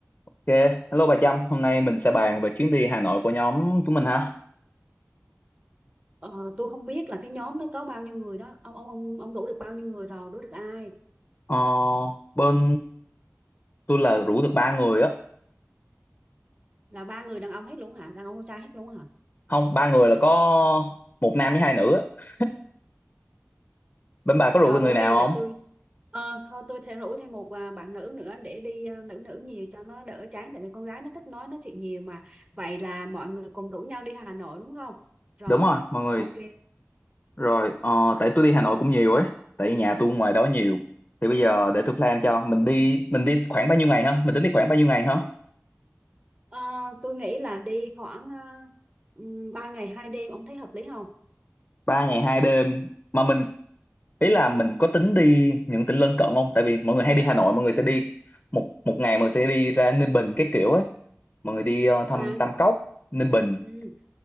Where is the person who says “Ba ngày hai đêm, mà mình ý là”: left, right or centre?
Left